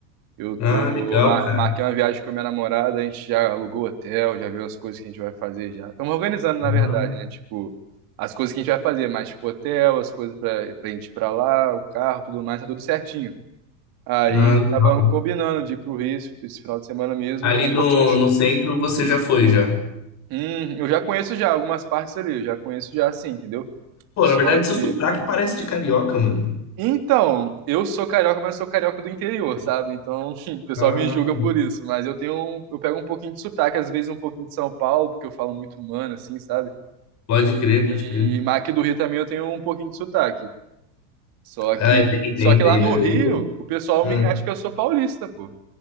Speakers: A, on the right; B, on the left.
A: Eu tô,
B: Ah, legal,
A: mar-
B: cara.
A: marquei uma viagem com a minha namorada, a gente já alugou hotel, já viu as coisas que a gente vai fazer já. Estamos organizando, na
B: Ah,
A: verdade, né? Tipo, as coisas que a gente vai fazer, mas tipo, hotel, as coisas pra, pra gente ir pra lá, o carro, tudo mais, tá tudo certinho. Aí
B: ah, legal.
A: acabamos combinando de ir pro Rio esse esse final de semana mesmo
B: Ali
A: pra
B: no,
A: curtir um show.
B: no centro você já foi, já.
A: Hum, eu já conheço já algumas partes ali, eu já conheço já sim, entendeu?
B: Pô,
A: Só
B: na verdade, seu
A: que
B: sotaque parece de carioca, mano.
A: Então, eu sou carioca, mas sou carioca do interior, sabe? Então, <laughs> o pessoal
B: Ah,
A: me julga por isso, mas eu tenho, um- eu pego um pouquinho de sotaque, às vezes um pouquinho de São Paulo, porque eu falo muito humano assim, sabe?
B: pode crer,
A: E
B: pode crer.
A: mas aqui do Rio também eu tenho um pouquinho de sotaque. Só
B: Ah,
A: que,
B: é, tem, tem,
A: só que
B: tem,
A: lá no
B: né? Eu-
A: Rio, o pessoal
B: Hum.
A: me acha que eu sou paulista, pô.